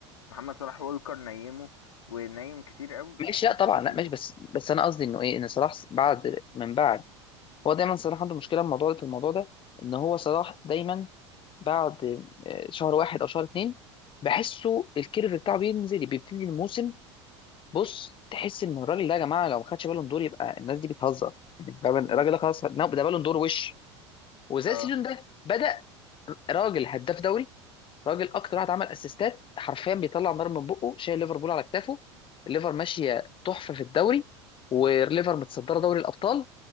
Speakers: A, on the left; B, on the left.
A: محمد صلاح وولكر نيمه ونيم كتير قوي
B: ماشي لا طبعا لا
A: هو
B: ماشي بس بس انا قصدي انه ايه ان صلاح بعد من بعد هو دايما صلاح عنده مشكله في الموضوع ده في الموضوع ده ان هو صلاح دايما بعد آه، شهر واحد او شهر اتنين بحسه الكيرف بتاعه بينزل بيبتدي الموسم بص تحس ان الراجل ده يا جماعه لو ما خدش بالون دور يبقى الناس دي بتهزر يعني فاهم؟
A: مم،
B: الراجل ده خلاص لا، ده بالون دور وش وزي
A: اه
B: السيزون ده بدا راجل هداف دوري راجل اكتر واحد عمل اسيستات حرفيا بيطلع نار من بقه شايل ليفربول على كتافه الليفر ماشيه تحفه في الدوري والليفر متصدره دوري الابطال